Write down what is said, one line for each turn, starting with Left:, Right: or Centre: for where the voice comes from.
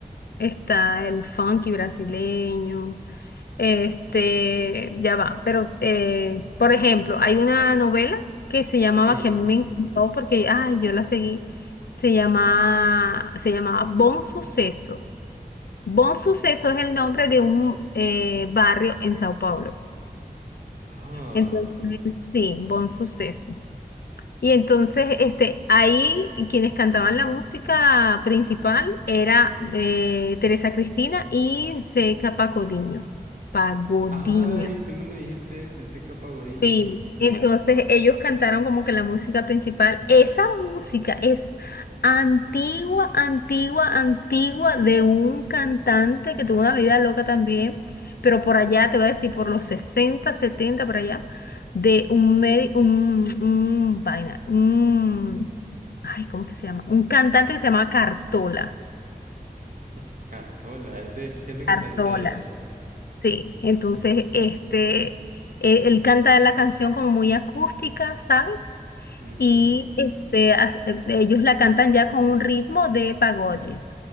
Left: está el funky brasileño, este, ya va, pero eh, por ejemplo, hay una novela que se llamaba,
Right: Sí.
Left: que a mí me encantó porque, ay, yo la seguí, se llama, se llamaba Bon Suceso. Bon Suceso es el nombre de un eh, barrio en Sao Paulo.
Right: Ah.
Left: Entonces, sí, Bon Suceso. Y entonces, este, ahí quienes cantaban la música principal era eh, Teresa Cristina y Zeca Pagodinho. Pagodinho.
Right: Ay, tú me lo dijiste ese, Seca Pagodiño.
Left: Sí, entonces ellos cantaron como que la música principal, esa música es antigua, antigua, antigua de un cantante que tuvo una vida loca también, pero por allá, te voy a decir, por los 60, 70 por allá, de un, medi- un, un vaina, un, ay, ¿cómo que se llama? Un cantante que se llama Cartola.
Right: <laughs> Cartola, ese, ¿qué es lo que
Left: Cartola,
Right: canta él?
Left: sí. Entonces, este, e- él, canta la canción como muy acústica, ¿sabes?
Right: Ujú.
Left: y este, as- eh, ellos la cantan ya con un ritmo de pagode